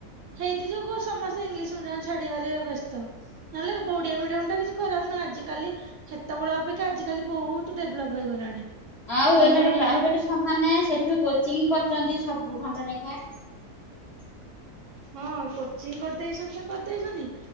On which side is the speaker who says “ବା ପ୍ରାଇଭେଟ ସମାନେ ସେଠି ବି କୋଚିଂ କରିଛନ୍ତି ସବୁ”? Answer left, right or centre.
Left